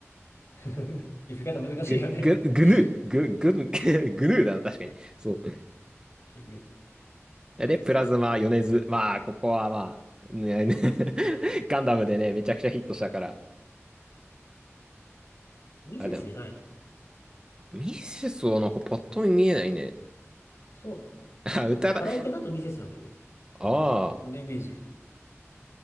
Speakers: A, on the left; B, on the right.
A: ー。<laughs> 呼び方難しいよね。
B: グ、グ、グヌー、グ、
A: うん
B: グ、グ、<laughs> グヌーだな、確かに。そ
A: キングヌー。
B: う。で、プラズマ、米津。まあ、ここはまあ、ね、ね <laughs> ガンダムでね、めちゃくちゃヒットしたから。
A: ミセスいないの
B: あ、でも、ミセスはなんかパッと見見えないね。
A: あそうなんだ。
B: <laughs> あ、
A: なんかカラオケだとミセスなんだけど。
B: 歌だ。ああ。
A: 俺のイメージ。